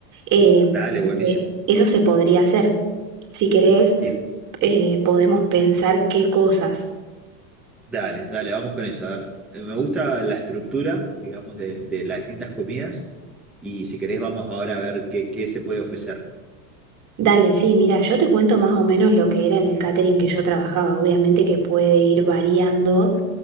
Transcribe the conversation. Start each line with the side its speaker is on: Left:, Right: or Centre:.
Right: Eh,
Centre: Dale,
Right: así
Centre: buenísimo.
Right: que eso se podría hacer. Si querés,
Centre: Y
Right: eh, podemos pensar qué cosas.
Centre: Dale, dale, vamos con eso. A ver, Eh, me gusta la estructura, digamos, de, de las distintas comidas. Y si querés, vamos ahora a ver qué, qué se puede ofrecer.
Right: Dale, sí, mira, yo te cuento más o menos lo que era en el catering que yo trabajaba. Obviamente que puede ir variando